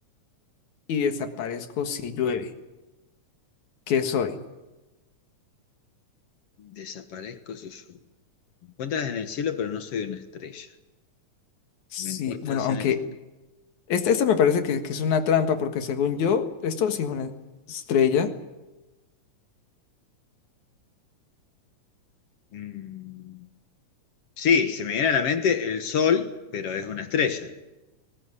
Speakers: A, on the left (about 75°); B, on the left (about 55°).
A: y desaparezco si llueve. ¿Qué soy?
B: Desaparezco si yo. Me encuentras en el cielo, pero no soy una estrella.
A: Sí,
B: Me encuentras
A: bueno, aunque
B: en el cielo.
A: esta, esta me parece que, que es una trampa porque según yo, esto sí es una estrella.
B: Mm, Sí, se me viene a la mente el sol, pero es una estrella.